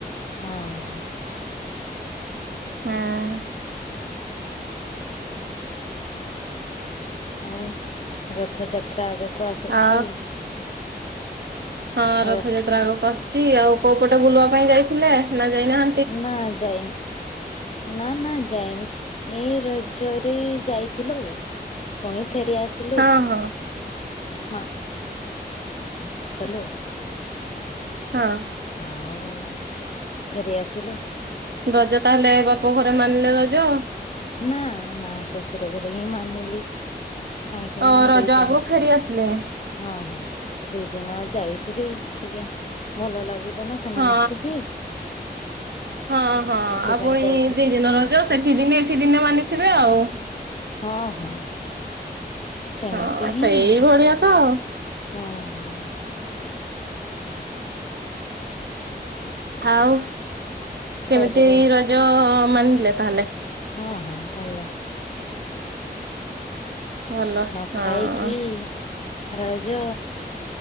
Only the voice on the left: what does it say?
ହଁ।
ଆଉ ରଥଯାତ୍ରା ଆଗକୁ ଆସୁଛି
ର
ନା ଯାଇନି। ନା ନା ଯାଇନି, ଏଇ ରଜରେ ଯାଇଥିଲୁ। ପୁଣି ଫେରି ଆସିଲୁ,
ମା ବୋପାଲୋ।
ଆଉ ଫେରି ଆସିଲୁ
ନା -ନା ଶଶୁର ଘରେ ହିଁ ମାନିଲି। କାହିଁକି
ନା
ଦୁଇ ଦିନ
ହଁ- ହଁ ଦୁଇ ଦିନ ଯାଇଥିଲି, ଟିକେ ଭଲ ଲାଗିବ ନା ସେମାନଙ୍କୁ
ବି
ସେଥିପାଇଁ
ଯାଇଥିଲି
ହଁ- ହଁ। ସେମିତି
ହିଁ,
ହଁ- ହଁ। ହ
ପର୍ବରେ
ହଁ- ହଁ ଭଲ।
ନ
ଖାଇକି ରଜ,